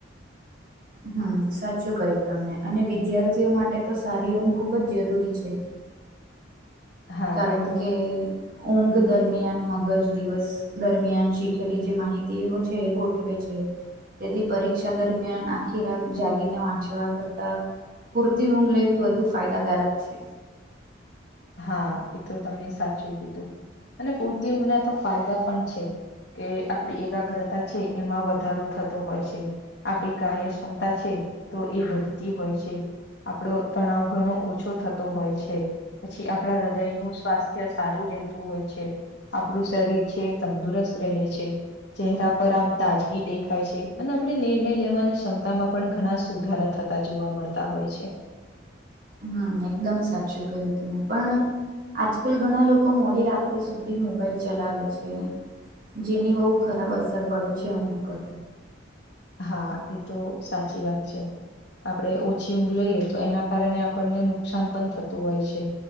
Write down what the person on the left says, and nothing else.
હા
એ તો
હા એ તો તમે સાચું કીધું અને પૂરતી ઊંના તો ફાયદા પણ છે. કે આપડી એકાગ્રતા છે એમાં વધારો થતો હોય છે. આપડી કાર્યક્ષમતા છે તો એ વધતી હોય છે. આપડો તણાવ ઘણો ઓછો થતો હોય છે. પછી આપણા હૃદયનું સ્વાસ્થ્ય સારું રહેતું હોય છે. આપડું શરીર છે તંદુરસ્ત રહે છે. ચહેરા પર આમ તાજગી દેખાય છે અને આપણે નિર્ણય લેવાની ક્ષમતામાં પણ ઘણા સુધારા થ તા જોવા મળતા હોય છે.
હા એ તો સાચી વાત છે. આપડે ઓછી ઊંઘ લઈએ તો એના કારણે આપણને નુકસાન પણ થતું હોય છે.